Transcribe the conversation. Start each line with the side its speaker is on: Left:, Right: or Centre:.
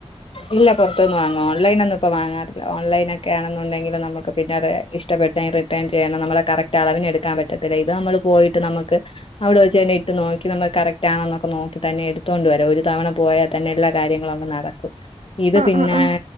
Left: ഇല്ല പൊറത്തുന്ന വാങ്ങും ഓൺലെയ്നൊന്നും ഇപ്പ വാങ്ങാറില്ല ഓൺൈനൊക്കെ ആണെന്നുണ്ടെങ്കിൽ നമുക്ക് പിന്നെഅത് ഇഷ്ടപ്പെട് റിട്ടേൺ ചെയ്യണം നമ്മളെ കറക്റ്റ് അളവിന് എടുക്കാൻ പറ്റത്തില്ല ഇത് നമ്മള് പോയിട്ട് നമക്ക് അവിടെ വെച്ച് തന്നെ ഇട്ട് നോക്കി നമ്മക്ക് കറക്റ്റ് ആണെന്നൊക്കെ നോക്കി തന്നെ എടുത് കൊണ്ട് വരാം ഒരു തവണ പോയാ തന്നെ എല്ലാ കാര്യങ്ങളും അങ്ങ് നടക്കും ഇത്
Right: ആഹ്
Left: പിന്നെ
Right: ആഹ് ആഹ്